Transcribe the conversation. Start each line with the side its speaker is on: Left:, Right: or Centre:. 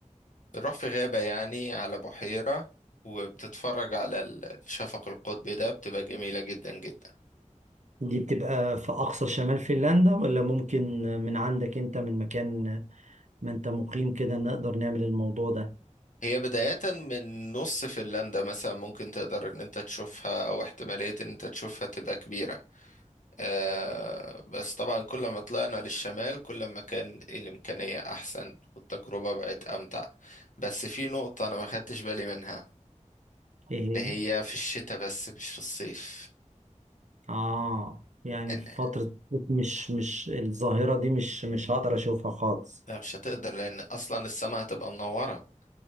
Left: بنروح في غابة يعني على بحيرة وبتتفرج على الشفق القطبي ده بتبقى جميلة جدا جدا
Right: دي بتبقى في أقصى شمال فنلندا ولا ممكن من عندك أنت من مكان ما أنت مقيم كده نقدر نعمل الموضوع ده
Left: هي بداية من نص فنلندا مثلا ممكن تقدر ان انت تشوفها او احتمالية ان انت تشوفها تبقى كبيرة آه بس طبعا كل ما طلعنا للشمال كل ما كان الامكانية احسن والتجربة بقت امتع بس في نقطة انا ما خدتش بالي منها
Right: إيه هي؟
Left: اللي هي في الشتاء بس مش في الصيف
Right: اه يعني
Left: لان
Right: في فترة مش مش الظاهرة دي مش مش هقدر أشوفها خالص
Left: لا مش هتقدر لان اصلا السماء هتبقى منورة